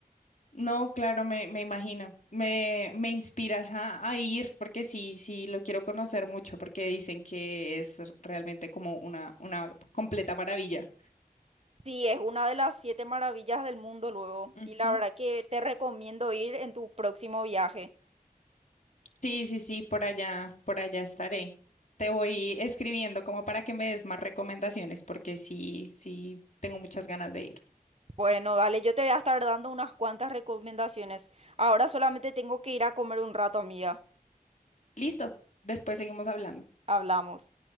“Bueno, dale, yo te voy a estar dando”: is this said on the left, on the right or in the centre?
Right